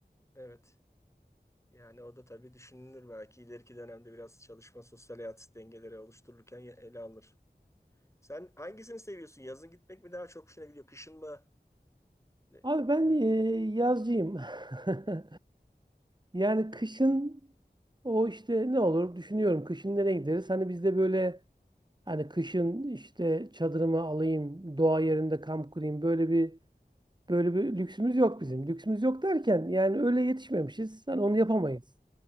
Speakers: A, on the left (about 15°); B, on the right (about 25°).
A: Evet. Yani o da tabii düşünülür belki ileriki dönemde biraz çalışma sosyal hayat dengeleri oluştururken ya- ele alınır. Sen hangisini seviyorsun? Yazın gitmek mi daha çok hoşuna gidiyor? Kışın mı? Ne-
B: Abi ben
A: e, e,
B: e, yazcıyım. <laughs> Yani kışın o işte ne olur düşünüyorum. Kışın nereye gideriz? Hani bizde böyle hani kışın işte çadırımı alayım, doğa yerinde kamp kurayım. Böyle bir böyle bir lüksümüz yok bizim. Lüksümüz yok derken yani öyle yetişmemişiz. Hani onu yapamayız.